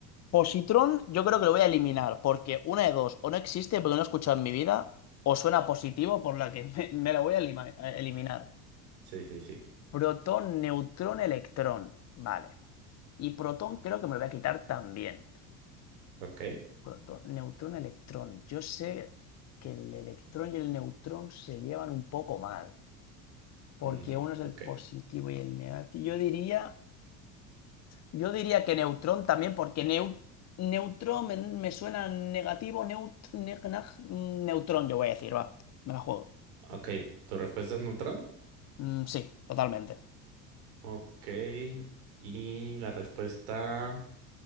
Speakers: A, on the left; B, on the right.
A: Positrón, yo creo que lo voy a eliminar, porque una de dos, o no existe porque no he escuchado en mi vida, o suena positivo por la que <laughs> me, me la voy a elima- a eliminar.
B: Sí, sí, sí.
A: Protón, neutrón, electrón. Vale. Y protón creo que me lo voy a quitar también.
B: Ok.
A: Proto- Neutrón, electrón. Yo sé que el electrón y el neutrón se llevan un poco mal, porque
B: Mm,
A: uno es el
B: ok.
A: positivo y el negativo. Yo diría, yo diría que neutrón también, porque neu- neutrón me, me suena negativo, neut, ne- naj- neutrón, yo voy a decir, va, me la juego.
B: Ok. ¿Tu respuesta es neutrón?
A: Mm, sí, totalmente.
B: Ok. Y la respuesta